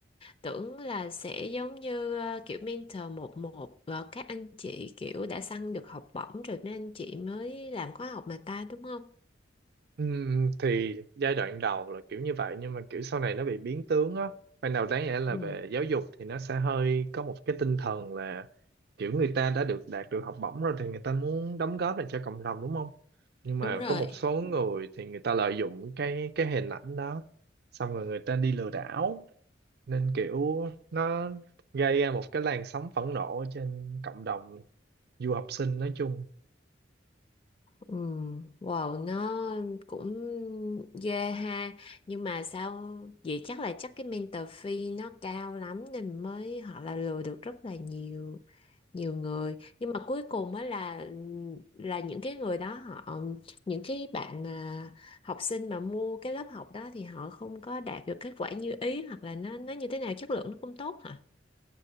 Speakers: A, on the left; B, on the right.
A: tưởng là sẽ giống như ờ, kiểu mentor một một và các anh chị kiểu đã săn được học bổng rồi nên anh chị mới làm khóa học mà ta đúng không?
B: Ừm, thì giai đoạn đầu là kiểu như vậy nhưng mà kiểu sau này nó bị biến tướng á ban đầu đáng lẽ là
A: Ừ,
B: về giáo dục thì nó sẽ hơi có một cái tinh thần là kiểu người ta đã được đạt được học bổng rồi thì người ta muốn đóng góp lại cho cộng đồng đúng không nhưng mà
A: Đúng rồi.
B: có một số người thì người ta lợi dụng cái cái hình ảnh đó xong rồi người ta đi lừa đảo nên kiểu nó gây ra một cái làn sóng phẫn nộ trên cộng đồng du học sinh nói chung
A: Ừ, wow, nó cũng ghê ha Nhưng mà sao Vậy chắc là chắc cái mentor fee nó cao lắm Nên mới họ là lừa được rất là nhiều Nhiều người Nhưng mà cuối cùng á là Là những cái người đó họ Những cái bạn à, học sinh mà mua cái lớp học đó Thì họ không có đạt được kết quả như ý Hoặc là nó nó như thế nào chất lượng nó không tốt hả